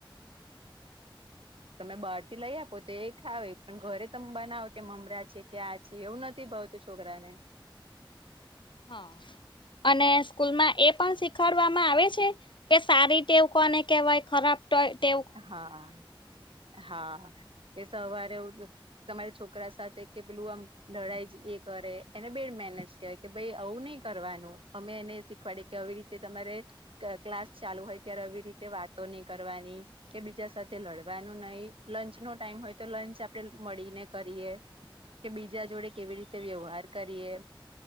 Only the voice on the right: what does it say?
તમે બહાર થી લઈ આપો, તો એ ખાવે, પણ ઘરે તમે બનાવો, કે મમરા છે, કે આ એવું નથી ભાવતું, છોકરા ને.
હા, હા, એ સવારે ઉઠીને. તમારા છોકરા સાથે કે પેલું આમ લડાઈ એ કરે, એને બેડ મેનેજ કેવાય. ભાઈ, આવું નઈ કરવાનું, અમે એને શીખવાડે કે, આવી રીતે તમારે ક્લાસ ચાલુ હોય, ત્યારે આવી રીતે વાતો નહીં કરવાની. કે બીજા સાથે લડવાનું નહી, લંચ નો ટાઈમ હોય, તો લંચ આપે મળીને કરીએ. કે બીજા જોડે કેવી રીતે વ્યવહાર કરીએ.